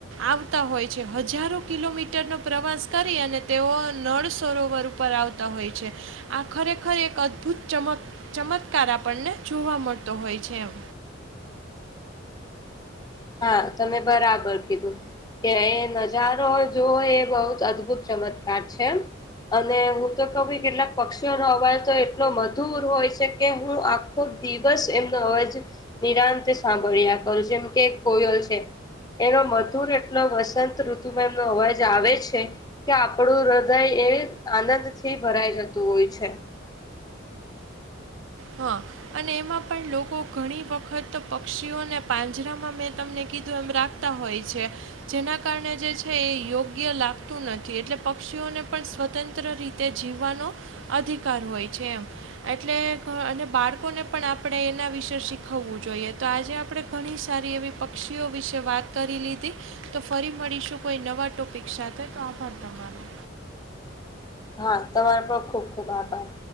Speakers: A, on the right; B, on the left.
A: આવતા હોય છે હજારો કિલોમીટરનોો પ્રવાસ કરી અને તેઓ નળ સરોવર ઉપર આવતા હોય છે આ ખરેખર એક અદભુત ચમક ચમત્કાર આપણને જોવા મળતો હોય છે એમ
B: હા તમે બરાબર કીધું કે એ નજારો જોવો એ બહુ જ અદ્ભુત ચમત્કાર છે અને હું તો કહ કેટલાક પક્ષીઓનો અવાજ તો એટલો મધુર હોય છે કે હું ખબ દિવસ એમનો અવાજ નિરાંત સાંભળ્યા કર જેમ કે કોયલ છે. એનો મધુર એટલો વસંત ઋતુમાં એમનો અવાજ આવે છે. કે આપણું હૃદય એ આનંદ થી ભરાય જતું હોય છે.
A: હા. અને એમાં પણ લોકો ઘણી વખત પક્ષીઓને પાંજરામાં મેં તમને કીધું એમ રાખ તા હોય છે. જેના કારણે જે છે એ યોગ્ય લાગતું નથી એટલે પક્ષીઓને પણ સ્વતંત્ર રીતે તે જીવવાનો, અધિકાર હોય છે એમ એટલે અને બાળકોને પણ આપણે એના વિશે શીખવવું જોઈએ તો આજે આપણે ઘણી સારી એવી પક્ષીઓ વિશે વાત કરી લીધી. તો ફરી મળીશું કોઈ નવા ટોપિક સાથે તો આભાર તમારો.
B: હા તમારો પણ ખુબ ખુબ આભાર.